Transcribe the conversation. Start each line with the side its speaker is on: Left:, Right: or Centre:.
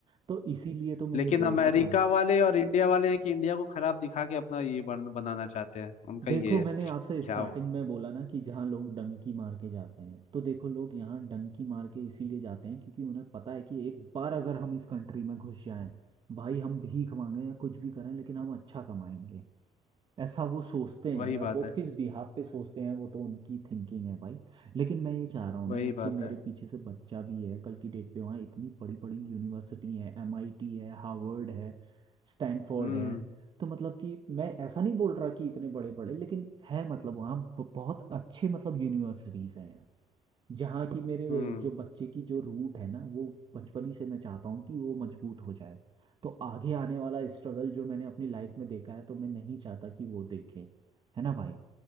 Right: तो इसीलिए तो मैं
Left: लेकिन
Right: ये बोल
Left: अमेरिका
Right: रहा था
Left: वाले और इंडिया वाले हैं कि इंडिया को खराब दिखा के अपना ये बन, बनाना चाहते हैं उनका
Right: देखो
Left: ये
Right: मैंने
Left: है
Right: आपसे स्टार्टिंग
Left: क्या वो-
Right: में बोला ना कि जहाँ लोग डंकी मार के जाते हैं तो देखो लोग यहाँ डंकी मार के इसीलिए जाते हैं क्योंकि उन्हें पता है कि एक बार अगर हम इस कंट्री में घुस जाएं भाई हम भीख मांगे या कुछ भी करें लेकिन हम अच्छा कमाएंगे ऐसा वो सोचते
Left: वही
Right: हैं
Left: बात
Right: अब वो
Left: है
Right: किस बिहाफ पे सोचते हैं वो तो उनकी थिंकिंग है भाई लेकिन मैं ये चाह रहा हूँ
Left: वही
Right: ना यार
Left: बात
Right: कि मेरे
Left: है
Right: पीछे से बच्चा भी है कल की डेट पे वहाँ इतनी बड़ी बड़ी यूनिवर्सिटी है एमआईटी है हार्वर्ड है स्टैनफोर्ड
Left: हम्म
Right: है तो मतलब कि मैं ऐसा नहीं बोल रहा कि इतने बड़े बड़े लेकिन है मतलब वहाँ ब- बहुत अच्छे मतलब यूनिवर्सिटीज हैं यार। जहाँ की मेरे
Left: हम्म
Right: जो बच्चे की जो रूट है ना वो बचपन ही से मैं चाहता हूँ कि वो मजबूत हो जाए तो आगे आने वाला स्ट्रगल जो मैंने अपनी लाइफ में देखा है तो मैं नहीं चाहता कि वो देखे है ना भाई